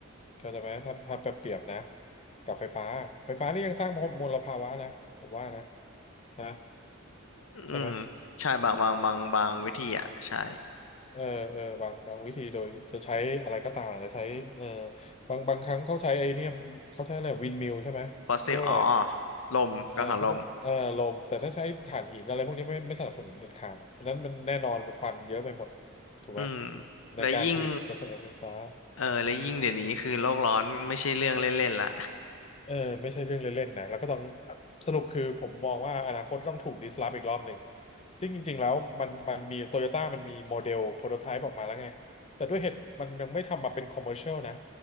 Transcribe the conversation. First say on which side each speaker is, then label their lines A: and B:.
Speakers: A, on the left (about 30°); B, on the left (about 70°).
A: เข้าใจไหมถ้าถ้าเปรียบนะกับไฟฟ้าไฟฟ้านี่ยังสร้างมลภาวะนะผมว่านะนะ
B: อืม
A: ใช่ไหม
B: ใช่บางบางบางบางวิธีอ่ะใช่
A: เออเออบางบางวิธีโดยจะใช้อะไรก็ตามอาจจะใช้เออบางบางครั้งเขาใช้ไอเนี่ยเขาใช้อะไรวินมิลใช่ไหมเขาเรียกว่าอะไร
B: ฟอสซิลอ๋อลมกังหันลม
A: เออเขาจะเออลมแต่ถ้าใช้ถ่านหินอะไรพวกนี้ไม่ไม่สนับสนุนเด็ดขาดอะเพราะฉะนั้นมันแน่นอนมันควันเยอะไปหมดถูกไหม
B: อืม
A: ในการผลิตกระแสไฟฟ้า
B: และยิ่งเออและยิ่งเดี๋ยวนี้คือโลกร้อนไม่ใช่เรื่องเล่นๆละ
A: เออไม่ใช่เรื่องเล่นๆนะแล้วก็ต้องสรุปคือผมมองว่าอนาคตต้องถูกดิสลอฟอีกรอบหนึ่งจริงจริงๆแล้วมันมันมีโตโยต้ามันมีโมเดลโปรโตไทป์ออกมาแล้วไงแต่ด้วยเหตุมันยังไม่ทำมาเป็นคอมเมอร์เชียลนะ